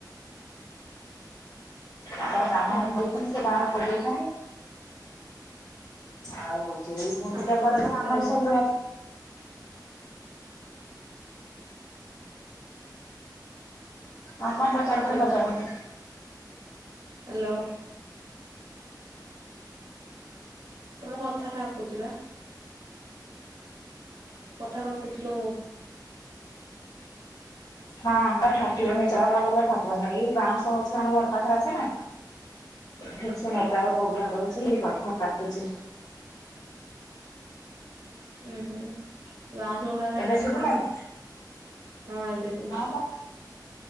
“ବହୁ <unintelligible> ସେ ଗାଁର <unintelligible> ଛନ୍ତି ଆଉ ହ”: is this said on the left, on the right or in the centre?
Left